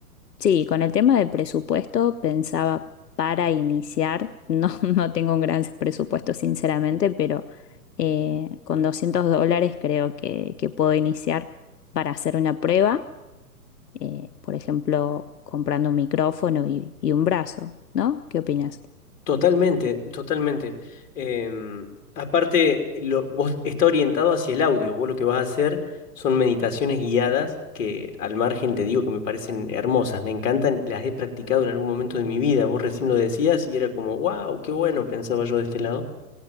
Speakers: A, on the left (about 85°); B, on the left (about 55°).
A: Sí, con el tema del presupuesto pensaba para iniciar, no, <laughs> no tengo un gran presupuesto sinceramente, pero eh, con 200 dólares creo que, que puedo iniciar para hacer una prueba, eh, por ejemplo, comprando un micrófono y, y un brazo, ¿no? ¿Qué opinas?
B: Totalmente, totalmente. Em, aparte, lo- vos está orientado hacia el audio. Vos lo que vas a hacer son meditaciones guiadas que al margen te digo que me parecen hermosas, me encantan, las he practicado en algún momento de mi vida. Vos recién lo decías y era como, wow, qué bueno, pensaba yo de este lado.